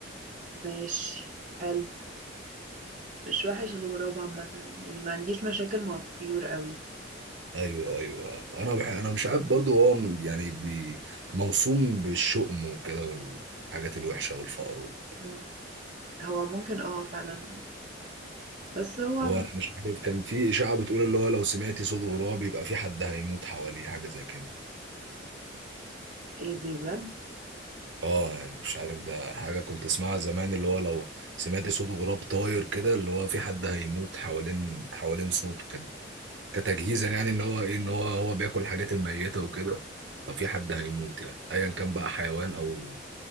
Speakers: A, on the right; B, on the right.
A: ماشي حلو مش وحش الغراب عامة يعني ما عنديش مشاكل مع الطيور قوي
B: ايوه ايوه انا بح... انا مش عارف برضو هو م- يعني بي... موصوم بالشؤم وكده والحاجات الوحشه والفقر
A: مم. هو ممكن اه فعلا بس هو
B: هو
A: م-
B: أنا مش عارف كان في اشاعه بتقول اللي هو لو سمعتي صوت غراب يبقى في حد هيموت حواليه حاجه زي كده
A: ايه دي بجد
B: اه يعني مش عارف ده حاجه كنت اسمعها زمان اللي هو لو سمعتي صوت غراب طاير كده اللي هو في حد هيموت حوالين حوالين صوته كده كتجهيزا يعني ان هو ايه ان هو هو بياكل الحاجات الميته وكده ففي حد هيموت يعني ايا كان بقى حيوان او